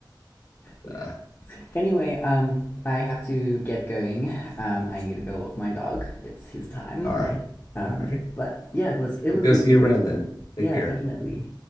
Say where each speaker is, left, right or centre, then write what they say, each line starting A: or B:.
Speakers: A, on the left; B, on the left.
A: Yeah.
B: But,
A: Anyway, um, I have to get going. Um, I need to go walk my dog. It's his time.
B: uh, all right,
A: Um,
B: all right.
A: but yeah, it was it
B: Maybe
A: was good
B: I'll see
A: to talk
B: you around
A: to
B: then.
A: you.
B: Take
A: Yeah,
B: care.
A: definitely.